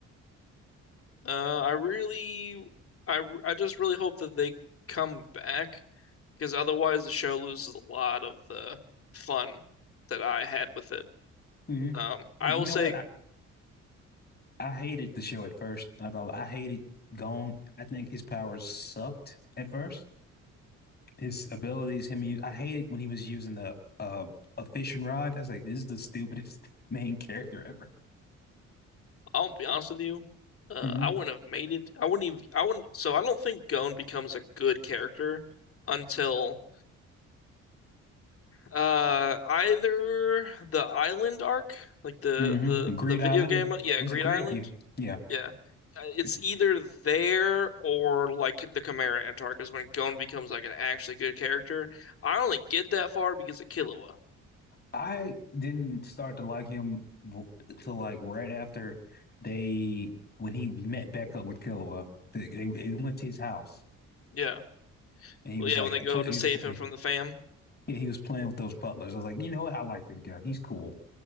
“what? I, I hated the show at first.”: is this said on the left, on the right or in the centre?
Left